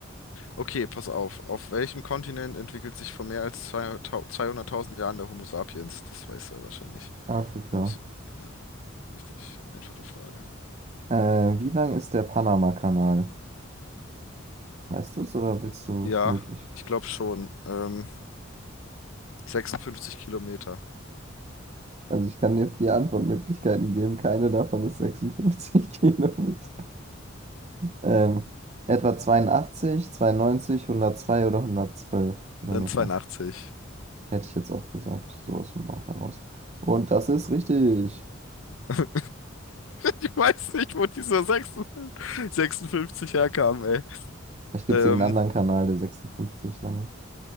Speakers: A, on the left; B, on the right.
A: Okay, pass auf. Auf welchem Kontinent entwickelt sich vor mehr als 200.000 200.000 Jahren der Homo sapiens? Das weiß er wahrscheinlich.
B: Afrika.
A: Muss. Ja, richtig. Einfache Frage.
B: Äh, wie lang ist der Panama-Kanal? Weißt du es oder willst du
A: Ja,
B: möglich?
A: ich glaube schon. Ähm, 56 Kilometer.
B: Also ich kann dir vier Antwortmöglichkeiten geben. Keine davon ist 56 <laughs> Kilometer. Ähm, etwa 82, 92, 102 oder 112 Kilometer.
A: Dann 82.
B: Hätte ich jetzt auch gesagt, so aus dem Bauch heraus. Und das ist richtig.
A: <laughs> Ich weiß nicht, wo diese 56, 56 herkamen. ey.
B: Vielleicht gibt
A: Ähm,
B: es irgendeinen anderen Kanal, der 56 lang ist.